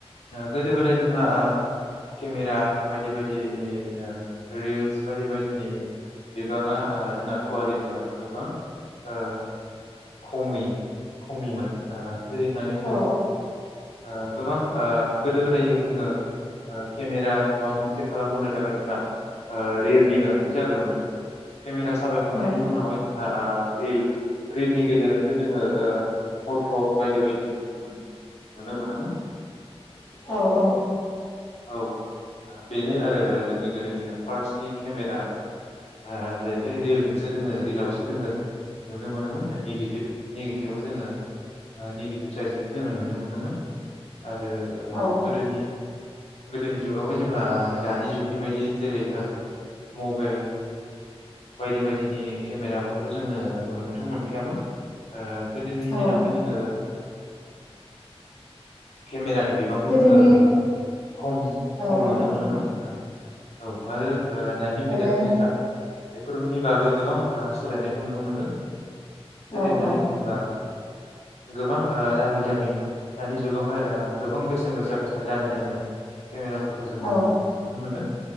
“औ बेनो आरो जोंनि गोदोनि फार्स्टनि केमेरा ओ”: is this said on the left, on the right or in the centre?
Left